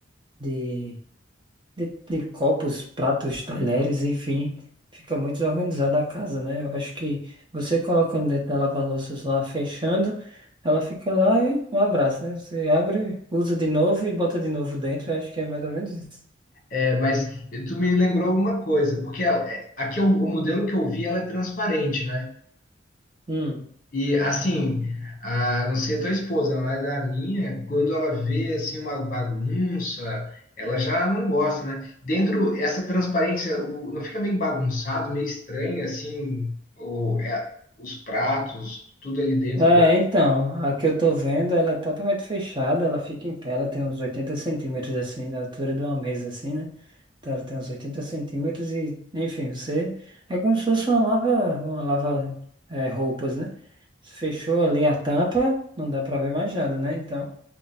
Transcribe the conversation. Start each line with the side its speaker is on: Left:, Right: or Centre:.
Right: de de, de copos, pratos, talheres, enfim, fica muito desorganizada a casa, né? Eu acho que você colocando dentro da lava-louças lá, fechando, ela fica lá e um abraço, né? Você abre, usa de novo e bota de novo dentro. Eu acho que é mais ou menos isso.
Left: É, mas tu me lembrou uma coisa, porque ela, é, aqui é o, o modelo que eu vi, ela é transparente, né?
Right: Hum.
Left: E assim, a, não sei a tua esposa, mas a minha, quando ela vê assim uma bagunça, ela já não gosta, né? Dentro essa transparência, o- não fica meio bagunçado, meio estranho assim, o, é, os pratos, tudo ali dentro
Right: É, então, a que eu tô vendo, ela é totalmente fechada, ela fica em pé, ela tem uns 80 centímetros, assim, da altura de uma mesa, assim, né? Então ela tem uns 80 centímetros e, enfim, você... É como se fosse uma lava, uma lava, é, roupas, né? Fechou ali a tampa, não dá pra ver mais nada, né? Então,